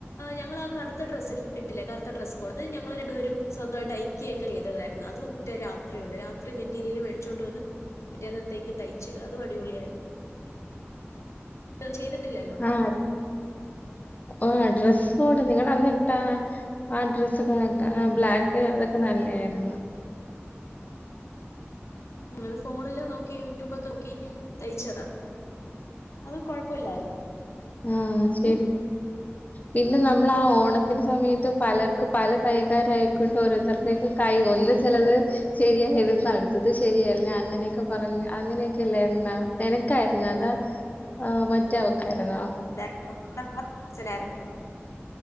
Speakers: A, on the left; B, on the left.
A: ഞങ്ങൾ ആ കറുത്ത ഡ്രസ്സ് ഇട്ടില്ലേ കറുത്ത ഡ്രസ്കോട് അത് ഞങ്ങള് രണ്ടുപേരും സ്വന്തയിട്ട് അയക്കുകയൊക്കെ ചെയ്തതായിരുന്നു അത് ഒറ്റ രാത്രികൊണ്ട് രാത്രി മെറ്റീരിയൽ മേടിച്ചൊണ്ട വന്ന് പിറ്റന്നത്തേക്ക് തയ്ച്ചിടും അതും അടിപൊളിയായി ചെയ്തി ടില്ലല്ലോ
B: ആ ആ ഡ്രസ്സ് കോഡ് നിങ്ങള അന്നിട്ടാ ആ ഡ്രസ്സൊക്കെ ബ്ലാക്ക് അതൊക്കെ നല്ലയിരുന്നു
A: ഉം അത് ഫോണില് നോക്കി യൂട്യൂബൊക്കെ നോക്കി തയ്ച്ചതാ അതും കൊഴപ്പ ഇില്ലായിരുന്നു
B: ആഹ് ശരി പിന്നെ നമ്മള് ആ ഓണത്തിന്റെ സമയത്ത് പലർക്ക് പല തയ്യക്കാരായിക്കൊണ്ട് ഓരോരുത്തരുടെക്കെ കൈ ഒന്ന് ചിലത് ശരിയായിരുന്നു അടുത്തത് ശരിയല്ലേ അങ്ങനെയൊക്കെ പറഞ് അങ്ങനെയൊക്കെല്ലേ എണ്ണ എനക്കയിരുന്നെടാ ആമ യെ അവക്കാരുന്നോ
A: <unintelligible> ഛനായിരുന്നു